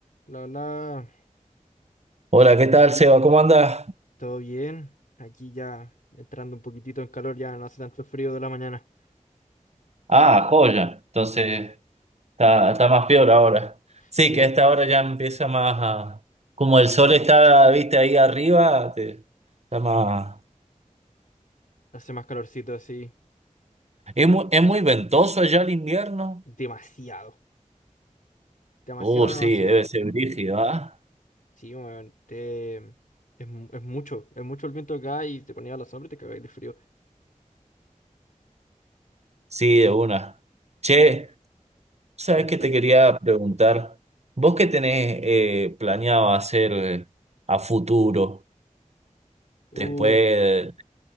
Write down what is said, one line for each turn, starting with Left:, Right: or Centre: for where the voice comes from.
Left: La hola,
Right: Hola, ¿qué tal, Seba? ¿Cómo andas?
Left: todo bien. Aquí ya entrando un poquitito en calor, ya no hace tanto frío de la mañana.
Right: Ah, joya. Entonces, está, está más peor ahora. Sí,
Left: Sí,
Right: que a esta hora ya empieza más a... Como el sol está, viste, ahí arriba, te- está más...
Left: hace más calorcito así.
Right: ¿Es muy, es muy ventoso allá el invierno?
Left: Demasiado. Demasiado,
Right: Uh, sí,
Left: demasiado.
Right: debe ser brígido, ¿ah?
Left: Sí, weón, te- es, mu- es mucho. Es mucho el viento acá y te ponía a la sombra y te cagáis de frío.
Right: Sí, de una. Che, ¿sabes
Left: Cuenta.
Right: qué te quería preguntar? ¿Vos qué tenés eh, planeado hacer eh, a futuro?
Left: Uh,
Right: Después...